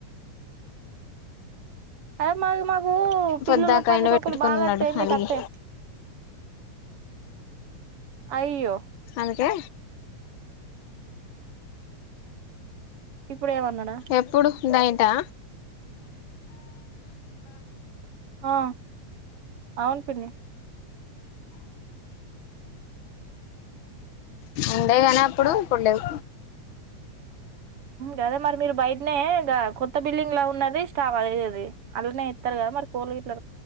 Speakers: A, on the right; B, on the left.
A: అదే మాకు మాకు పిల్లులు
B: పొద్దాక
A: పందికొక్కలు
B: ఎండబెట్టుకొని
A: బాగా
B: ఉన్నాడు
A: వస్తాయి మీకు
B: అలిగి
A: అస్తాయా అయ్యో
B: అకే
A: ఇప్పుడ ఏమన్నాడా
B: ఎప్పుడు నైటా
A: ఆ అవును పిన్నీ
B: ఉండే నీ అప్పుడు ఇప్పుడు లేవ్
A: కదా మరి మీరు బయటనే ఇంకా కొత్త బిల్డింగ్ లా ఉన్నది స్టాక్ అదది అలానే ఇస్తారు కదా మరి కోరి గట్ల